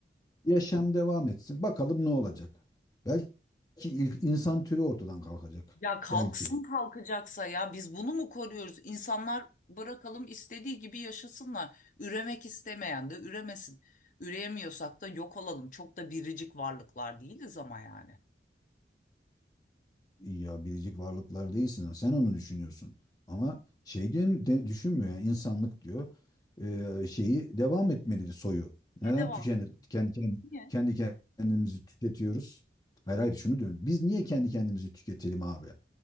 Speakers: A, on the left; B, on the left.
A: yaşam devam etsin. Bakalım ne olacak. Belki il- insan türü ortadan kalkacak.
B: Ya kalksın
A: Belki.
B: kalkacaksa ya biz bunu mu koruyoruz? İnsanlar bırakalım istediği gibi yaşasınlar. Üremek istemeyen de üremesin. Üreyemiyorsak da yok olalım. Çok da biricik varlıklar değiliz ama yani.
A: ya biricik varlıklar değilsin. ha, Sen onu düşünüyorsun. Ama şey diye de, düşünmüyor yani insanlık diyor. Ee, şeyi devam etmelidir soyu.
B: Niye
A: Neden
B: devam?
A: tüken, kendi, kendi,
B: Niye?
A: kendi kendimizi tüketiyoruz? Hayır hayır şunu diyorum. Biz niye kendi kendimizi tüketelim abi?